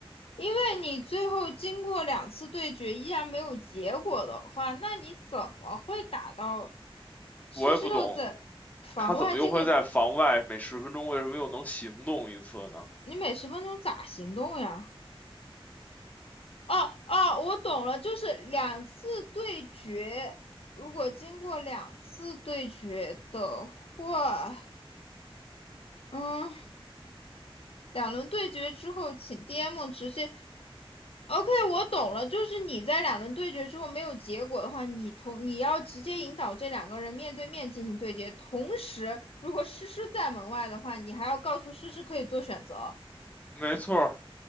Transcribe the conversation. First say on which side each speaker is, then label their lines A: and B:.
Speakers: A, on the left; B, on the left.
A: 因为你最后经过两次对决依然没有结果的话，那你怎么会打到施施六在防外这个？
B: 我也不懂，他怎么又会在房外每十分钟为什么又能行动一次呢？
A: 你每十分钟咋行动呀？哦哦，我懂了，就是两次对决，如果经过两次对决的话，嗯。两轮对决之后，请 DM 直接。OK，我懂了，就是你在两轮对决之后没有结果的话，你同你要直接引导这两个人面对面进行对决。同时，如果诗诗在门外的话，你还要告诉诗诗可以做选择。
B: 没错儿